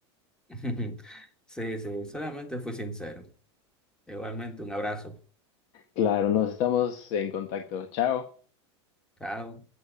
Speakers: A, in the centre; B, on the left.
A: Ujú. <laughs> Sí, sí, solamente fui sincero. Igualmente, un abrazo.
B: Claro, nos estamos en contacto. Chao.
A: Chao.